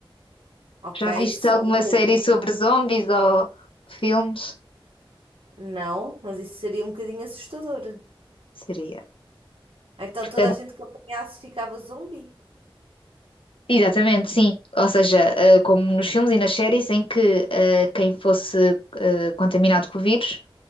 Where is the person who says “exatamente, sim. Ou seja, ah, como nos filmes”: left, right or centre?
Left